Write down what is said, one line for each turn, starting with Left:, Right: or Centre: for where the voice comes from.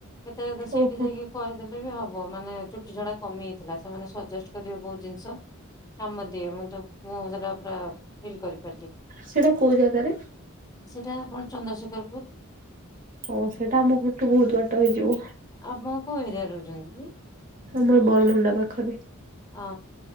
Left: କେତେବେଳେ ସେଇଠି
Right: ଓହୋ
Left: ଯାଇକି କରିଦେଲେ ବି ହବ। ମାନେ ଚୁଟି ଝଡା କମି ଯାଇଥିଲା। ସେମାନେ ସଜେଷ୍ଟ କରିବେ ବହୁତ ଜିନିଷ କାମଦିଏ ମୁତ ମୁଁ ସେରା ପୁରା ଫିଲ୍ କରିପାରିଲି।
Right: ସେଇଟା କୋଉ ଜାଗାରେ?
Left: ସେଟା ଆପଣ ଚନ୍ଦ୍ରଶେଖର ପୁର।
Right: ଓ ସେଇଟା ଆମ ଘରଠୁ ବହୁତ ବାଟ ହେଇଯିବ।
Left: ଆପଣ କୋଉ ଏରିଆରେ ରହୁଛନ୍ତି କି?
Right: ଆମର ବରମୁଣ୍ଡା ପାଖରେ।
Left: ଅ